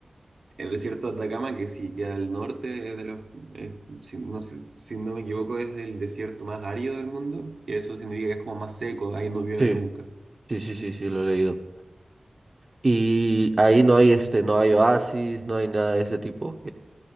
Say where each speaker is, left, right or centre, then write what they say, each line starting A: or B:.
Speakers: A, on the right; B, on the right.
A: El desierto de Atacama, que sí queda al norte es de los, es- si no sé- si no me equivoco, es el desierto más árido del mundo, que eso significa que es como más seco, ahí no llueve
B: Sí,
A: nunca.
B: sí, sí, sí, sí, lo he leído. Y ahí no hay este, no hay oasis, no hay nada de ese tipo.